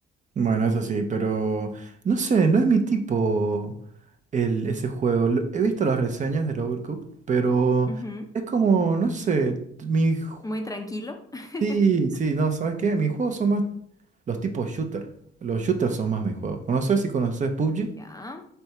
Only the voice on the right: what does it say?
Bueno, eso sí, pero no sé, no es mi tipo. el, ese juego. Lo- He visto las reseñas del Overcooked, pero
es como, no sé, mi... ju-
Sí, sí, no, ¿sabes qué? Mis juegos son más los tipos shooter. Los shooters son más mis juegos. ¿Conoces si conoces PUBG?